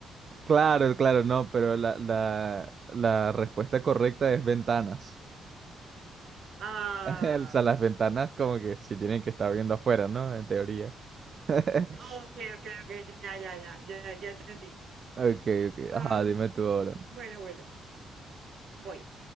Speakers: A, on the right (about 45°); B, on the right (about 65°).
A: claro, claro, no, pero la, la, la respuesta correcta es ventanas.
B: Ah.
A: <laughs> O sea, las ventanas como que sí tienen que estar viendo afuera, ¿no? En teoría. <laughs>
B: Ok, ok, ok. Ya, ya, ya, ya, ya entendí.
A: Ok, ok,
B: Am,
A: ajá, dime tú ahora.
B: bueno, bueno. Voy.